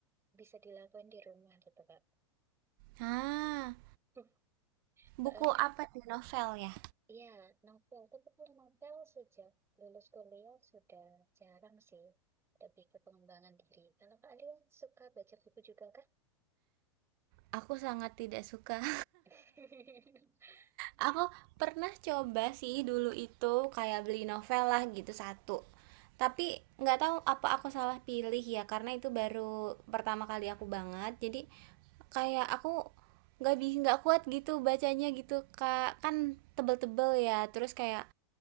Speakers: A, on the right (about 15°); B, on the right (about 50°).
A: bisa dilakukan di rumah gitu Kak.
B: Ah,
A: <laughs> Soalnya
B: Buku apa tuh? Novel ya?
A: Iya, novel. Tapi kalau novel sejak lulus kuliah sudah jarang sih. Lebih ke pengembangan diri. Kalau kalian suka baca buku juga kah?
B: Aku sangat tidak suka. <laughs>
A: <laughs>
B: Aku pernah coba sih dulu itu kayak beli novel lah gitu satu. Tapi nggak tahu apa aku salah pilih ya karena itu baru pertama kali aku banget. Jadi kayak aku nggak bi nggak kuat gitu bacanya gitu kak kan tebel-tebel ya terus kayak